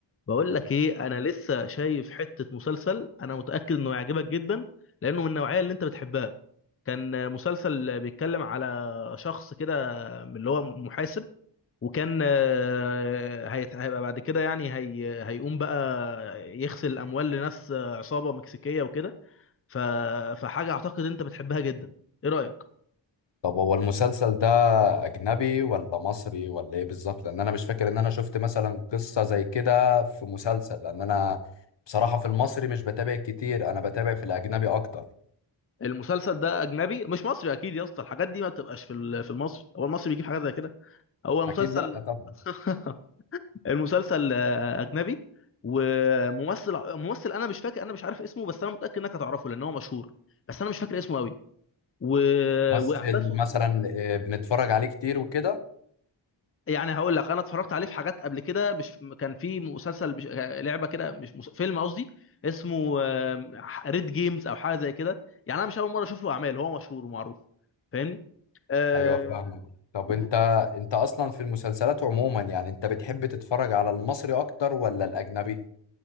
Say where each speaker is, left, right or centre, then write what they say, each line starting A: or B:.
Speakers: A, on the left; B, on the left.
A: بقول لك ايه انا لسه شايف حته مسلسل انا متاكد انه يعجبك جدا لانه من النوعيه اللي انت بتحبها كان مسلسل بيتكلم على شخص كده من اللي هو محاسب وكان آه، هيت- هيبقى بعد كده يعني هي هيقوم بقى يغسل الاموال لناس آه، عصابه مكسيكيه وكده ف- فحاجه اعتقد انت بتحبها جدا ايه رايك
B: طب هو المسلسل ده أجنبي ولا مصري ولا إيه بالظبط؟ لأن أنا مش فاكر إن أنا شفت مثلا قصة زي كده في مسلسل لأن أنا بصراحة في المصري مش بتابع كتير أنا بتابع في الأجنبي أكتر
A: المسلسل ده اجنبي مش مصري اكيد يا اسطى الحاجات دي ما بتبقاش في ال- في المصري هو المصري بيجيب حاجات زي كده هو مسلسل
B: أكيد لأ طبعا
A: <laughs> المسلسل آه، اجنبي وممثل ممثل انا مش فاكر انا مش عارف اسمه بس انا متاكد انك هتعرفه لان هو مشهور بس انا مش فاكر اسمه قوي و...
B: ممثل
A: واحداثه
B: مثلا آه، بنتفرج عليه كتير وكده
A: يعني هقول لك انا اتفرجت عليه في حاجات قبل كده مش كان في مسلسل بش... آه، لعبه كده مش مس... فيلم قصدي اسمه ريد جيمز او حاجه زي كده يعني انا مش اول مره اشوف له اعمال هو مشهور ومعروف فاهمني آه،
B: ايوه فاهمك طب
A: و-
B: انت انت اصلا في المسلسلات عموما يعني انت بتحب تتفرج على المصري اكتر ولا الاجنبي